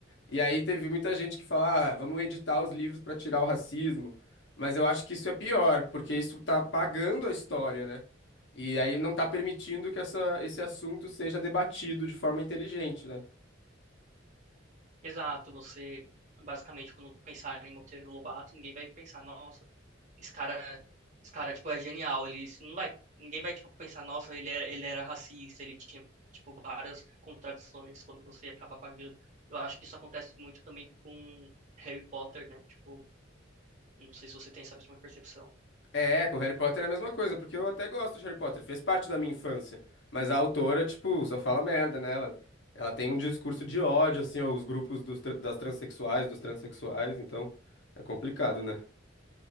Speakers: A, on the left; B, on the right.
A: E aí teve muita gente que fala, ah, vamos editar os livros para tirar o racismo. Mas eu acho que isso é pior, porque isso tá apagando a história, né? E aí não tá permitindo que essa, esse assunto seja debatido de forma inteligente, né?
B: Exato. Você, basicamente, quando pensar em Monteiro Lobato, ninguém vai pensar, nossa esse cara, esse cara, tipo, é genial. Ele isso não vai, ninguém vai, tipo, pensar, nossa, ele era, ele era racista, ele tinha, tipo, várias contradições quando você acaba pagando. Eu acho que isso acontece muito também com Harry Potter, né? Tipo, não sei se você tem essa mesma percepção.
A: É, com Harry Potter é a mesma coisa, porque eu até gosto de Harry Potter, fez parte da minha infância. Mas a autora, tipo, só fala merda, né? Ela, ela tem um discurso de ódio, assim, aos grupos dos tra- das transexuais, dos transexuais, então é complicado, né?